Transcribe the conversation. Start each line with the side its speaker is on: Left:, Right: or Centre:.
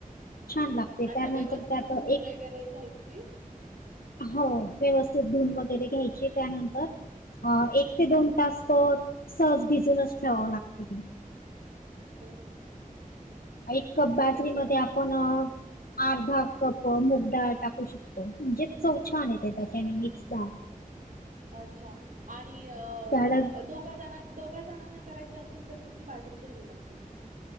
Left: छान लागते
Right: अच्छा
Left: त्यानंतर
Right: व्यवस्थित
Left: त्यात
Right: धुवून
Left: एक
Right: वगैरे घ्यायची
Left: हो व्यवस्थ धून वगैरे घ्यायचे त्यानंतर अ एक ते दोन तास सहज भिजूनच ठेवावं लागतं ते
Right: बरं.
Left: एक कप
Right: बघेल
Left: बाजरी
Right: करून
Left: मध्ये आपण....
Right: मी
Left: अर्धा कप मुगडाळ टाकू शकतो म्हणजे चव छान येते त्याच्याने मिक्स डाळ
Right: अच्छा आणि अ
Left: त्याला
Right: दोघा जणां दोघा जणांना करायच्या असेल तर कि तती बाजरी घ्यावी लागते